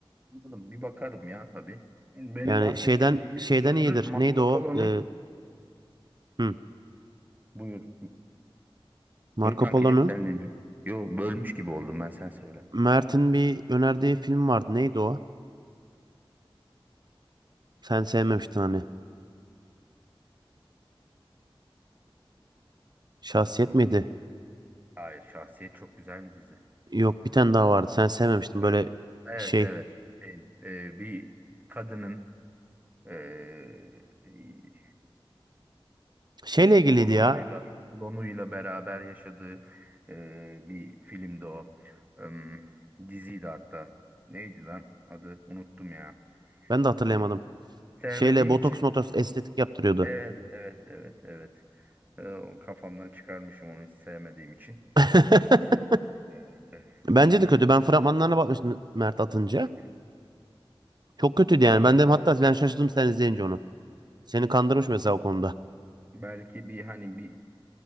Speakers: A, on the right; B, on the right.
A: Anladım. Bir bakarım ya tabii. Benim
B: Yani
A: bahsettiğim
B: şeyden
A: de yüz
B: şeyden
A: gözlü
B: iyidir.
A: Marco
B: Neydi o?
A: Polo'nun
B: E, hı,
A: buyur.
B: Marco
A: Buyur kankicim
B: Polo'nun
A: sen dinliyorum. Yo bölmüş gibi oldum ben sen söyle.
B: Mert'in bir önerdiği film vardı. Neydi o? Sen sevmemiştin hani. Şahsiyet miydi?
A: Hayır Şahsiyet çok güzel bir dizi.
B: Yok bir tane daha vardı. Sen sevmemiştin böyle
A: Ee, Evet
B: şey.
A: evet. Şey, e, bir kadının e,
B: Şeyle ilgiliydi
A: kolonuyla
B: ya.
A: kolonuyla beraber yaşadığı e, bir filmdi o. Em, diziydi hatta. Neydi lan? Adı unuttum ya.
B: Ben de hatırlayamadım.
A: E, sevmediğim
B: Şeyle botoks
A: için
B: motoks estetik yaptırıyordu.
A: Evet, evet, evet, evet. Ee, o kafamdan çıkarmışım onu hiç sevmediğim için.
B: <laughs>
A: Ee,
B: Bence
A: onu
B: de kötü. Ben fragmanlarına bakmıştım Mert atınca.
A: <laughs>
B: Çok kötüydü
A: tamamen
B: yani. Ben de
A: zaman
B: hatta
A: kaybı.
B: ben şaşırdım sen izleyince onu. Seni kandırmış mesela o konuda.
A: Belki bir hani bir